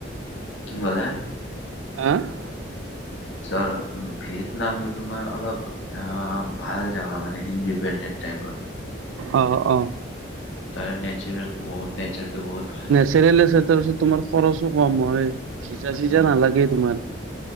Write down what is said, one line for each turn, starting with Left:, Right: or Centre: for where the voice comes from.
Left: কি কলা?
Right: <inaudible>
Left: ছ' ভিয়েটনামটো তোমাৰ অলপ ভাল জেগা মানে ইণ্ডিপেণ্ডেণ্ট টাইপৰ।
Right: অ', অ'।
Left: তাৰ নেচাৰেল বহুত নেচাৰটো বহুত ভাল।
Right: <unintelligible> তাৰপিছত তোমাৰ খৰচো কম হয় ভিজা চিজা
Left: উম
Right: নালাগে তোমাৰ।